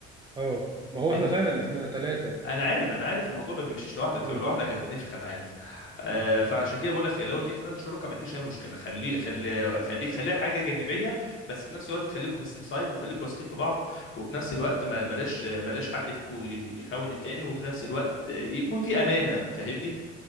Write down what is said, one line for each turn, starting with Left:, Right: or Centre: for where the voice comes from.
Right: اه ما هو
Left: ان
Right: احنا فعلا احنا ثلاثه
Left: انا عارف انا عارف الموضوع ما بيمشيش لوحدك
Right: يا
Left: لو لوحدك هتتنفخ انا عارف آه فعشان كده بقول لك لو اتنين تلاته شركاء ما فيش اي مشكله خليه خليه خليه خليها حاجه جانبيه بس في نفس الوقت خليكم في السيف سايد وخليكم واثقين في بعض وفي نفس الوقت ما بلاش بلاش حد فيكم يخون التاني وفي نفس الوقت يكون في امانه فاهمني